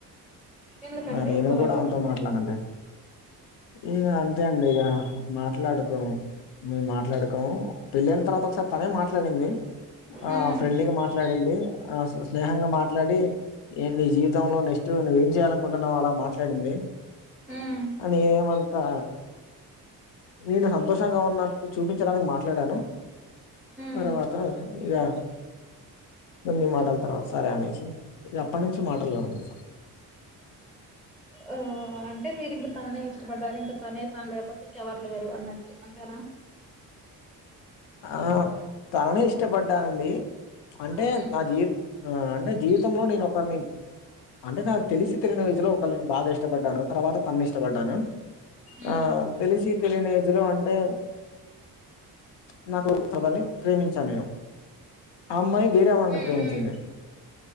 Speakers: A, in the centre; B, on the left.
A: ఎందుకండి
B: నేను
A: అలాగా
B: కూడా ఆమెతో మాట్లాడనండి ఇగా అంతే అండి ఇగా మాట్లాడుకోము మేము మాట్లాడుకోము పెళ్ళైన తర్వాత ఒకసారి తనే మాట్లాడింది ఆ
A: ఉమ్
B: ఫ్రెండ్లీగా మాట్లాడింధి ఆ స్నేహంగా మాట్లాడి ఏంటి నీ జీవితంలో నెక్స్ట్ నువ్వ ఏం చేయాల కుంటున్నావ్ అలా మాట్లాడింది
A: ఉమ్
B: అని ఏమంతా నేను సంతోషంగా ఉన్నట్టు చూపించడానికి మాట్లాడాను
A: ఉమ్
B: తర్వాత ఇగా కొన్ని మాటల తర్వాత సరే అనేసి ఇగ అప్పటి నుంచి మాటలు లేవండి
A: ఆ అంటే మీరు ఇంక తననే ఇష్టపడ్డారు ఇంక తనే తన లేకపోతే ఇంకెవరు లేరు అన్నట్టు అంతేనా
B: ఆ తననే ఇష్టపడ్డానండి అంటే
A: ఉమ్
B: నా జీవిత ఆ అంటే జీవితంలో నేను ఒకరిని అంటే నాకు తెలిసి తెలియని వయసులో ఒకళ్ళ బాగా ఇష్టపడ్డాను తర్వాత తన ఇష్టపడ్డాను
A: ఉమ్
B: ఆ తెలిసి తెలియని ఏజ్ లో అంటే <unintelligible> నాకు చదని ప్రేమించాను నేను ఆ అమ్మాయి వేరేవాడిని
A: ఉమ్
B: ప్రేమించింది
A: ఉమ్